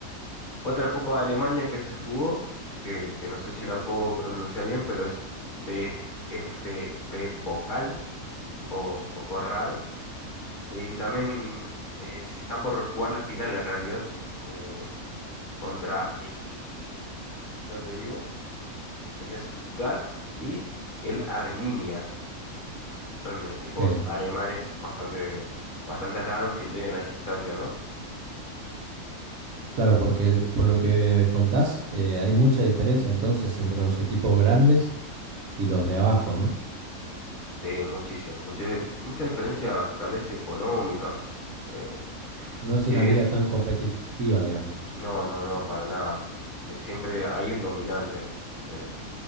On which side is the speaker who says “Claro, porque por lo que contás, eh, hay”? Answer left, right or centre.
Right